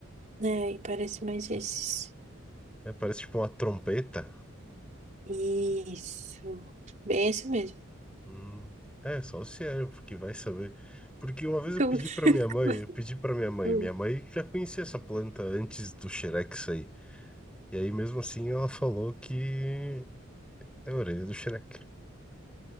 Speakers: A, on the right; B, in the centre.
A: É, aí parece mais esses.
B: É, parece tipo uma trompeta.
A: Isso. Bem, é isso mesmo.
B: Hum, é, só se é, porque vai saber. Porque uma vez eu
A: Como-
B: pedi pra
A: <laughs>
B: minha mãe, eu pedi pra minha mãe,
A: Hum.
B: minha mãe já conhecia essa planta antes do Shrek sair. E aí, mesmo assim, ela falou que é a orelha do Shrek.